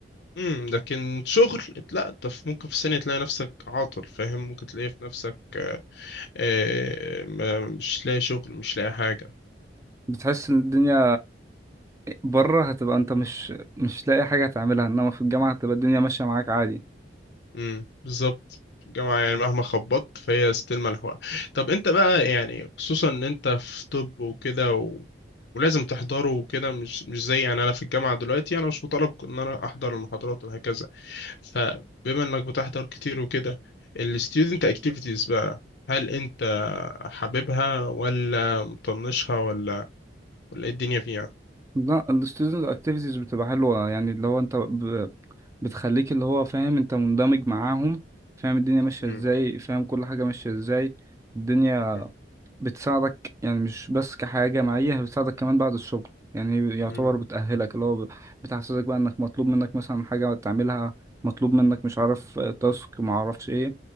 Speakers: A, on the left (about 65°); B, on the right (about 15°).
A: امم لكن شغل لا انت في- ممكن في سنه تلاقي نفسك عاطل فاهم ممكن تلاقي في نفسك آه، آه، ما- مش لاقي شغل مش لاقي حاجه
B: بتحس ان الدنيا بره هتبقى انت مش مش لاقي حاجة تعملها انما في الجامعة هتبقى الدنيا ماشية معاك عادي
A: امم بالظبط في الجامعة يعني مهما خبطت فهي ستيل ملحوقة طب انت بقى يعني خصوصا ان انت في طب وكده و... ولازم تحضره وكده مش مش زي يعني انا في الجامعة دلوقتي انا مش مطالب ان انا احضر المحاضرات وهكذا فبما انك بتحضر كتير وكده ال student activities بقى هل انت حاببها ولا مطنشها ولا ولا ايه الدنيا فيها
B: لا ال student activities بتبقى حلوة يعني اللي هو انت ب... بتخليك اللي هو فاهم انت مندمج معاهم فاهم الدنيا ماشية
A: امم
B: ازاي فاهم كل حاجة ماشية ازاي الدنيا
A: امم
B: بتساعدك يعني مش بس كحياة جامعية هي بتساعدك كمان بعد الشغل يعني هي يعتبر
A: امم.
B: بتأهلك اللي هو ب- بتحسسك بقى انك مطلوب منك مثلا حاجة تعملها مطلوب منك مش عارف تاسك معرفش ايه